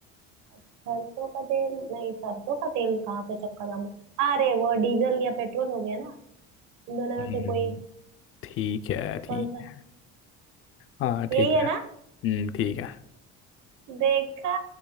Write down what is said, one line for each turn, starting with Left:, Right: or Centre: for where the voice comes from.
Right: सरसों का तेल नहीं सरसों का तेल कहाँ से चक्का जाम अरे वो डीजल या पेट्रोल हो गया ना इन दोनों
Left: हम्म,
Right: में से कोई
Left: ठीक है ठीक
Right: कौन सा
Left: है हाँ ठीक
Right: यही है
Left: है
Right: ना
Left: हम्म ठीक है
Right: देखा